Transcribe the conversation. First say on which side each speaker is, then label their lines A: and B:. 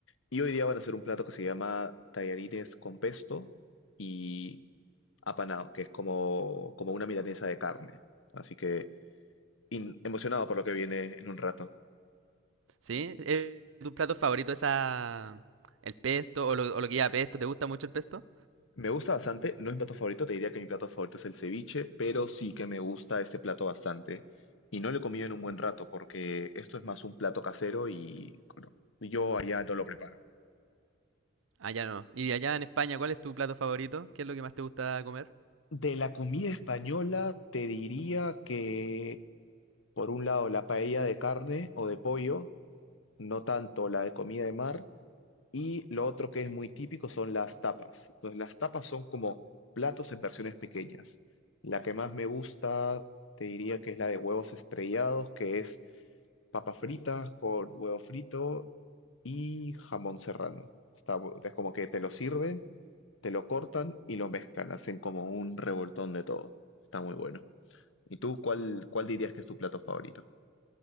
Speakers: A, on the left; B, on the right.
A: Y hoy día van a hacer un plato que se llama tallarines con pesto y apanado, que es como, como una milanesa de carne. Así que in- emocionado por lo que viene en un rato.
B: ¿Sí? ¿Es tu plato favorito esa... el pesto o lo, o lo que lleva pesto? ¿Te gusta mucho el pesto?
A: Me gusta bastante, no es mi plato favorito, te diría que mi plato favorito es el ceviche, pero sí que me gusta este plato bastante. Y no lo he comido en un buen rato porque esto es más un plato casero y bueno, yo allá no lo preparo.
B: Allá no. Y allá en España, ¿cuál es tu plato favorito? ¿Qué es lo que más te gusta comer?
A: De la comida española te diría que por un lado la paella de carne o de pollo, no tanto la de comida de mar, Y lo otro que es muy típico son las tapas. Entonces, las tapas son como platos en versiones pequeñas. La que más me gusta, te diría que es la de huevos estrellados, que es papas fritas con huevo frito y jamón serrano. Está, bu- es como que te lo sirven, te lo cortan y lo mezclan, hacen como un revoltón de todo. Está muy bueno. ¿Y tú cuál, cuál dirías que es tu plato favorito?